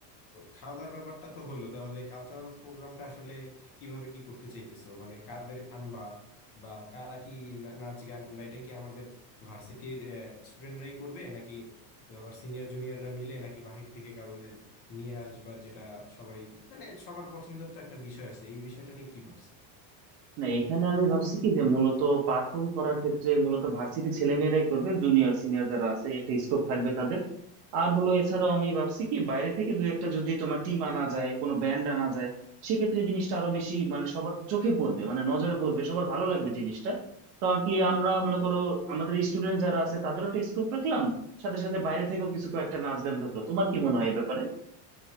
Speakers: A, on the left; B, on the right.
A: খাওয়া দাওয়ার ব্যাপারটা তো হইলো তাহলে কালচারাল প্রোগ্রামটা আসলে কিভাবে কি করতে চাইতেছো মানে কাদের আনবা বা কারা কি না- নাচ গান বা এটা কি আমাদের ভার্সিটির স্টুডেন্টরাই করবে নাকি তোমার সিনিয়র জুনিয়ররা মিলে নাকি বাহির থেকে কাউদের নিয়ে আসবা যেটা সবাই মানে সবার পছন্দের তো একটা বিষয় আছে এই বিষয়টা নিয়ে কি ভাবছো
B: না এখানে আমি ভাবছি কি যে মূলত পারফর্ম করার ক্ষেত্রে মূলত ভার্সিটি ছেলেমেয়েরাই করবে জুনিয়র সিনিয়র যারা আছে একটা স্কোপ থাকবে তাদের আর হলো এছাড়াও আমি ভাবছি কি বাইরে থেকে দুই একটা যদি তোমার টিম আনা যায় কোনো ব্যান্ড আনা যায় সেক্ষেত্রে জিনিসটা আরো বেশি মানে সবার চোখে পড়বে মানে নজরে পড়বে সবার ভালো লাগবে জিনিসটা কারণ কি আমরা মনে করো আমাদের স্টুডেন্ট যারা আছে তাদেরও একটা স্কোপ রাখলাম সাথে সাথে বাইরে থেকেও কিছু কয়েকটা নাচ গান ঢুকলো তোমার কি মনে হয় এই ব্যাপারে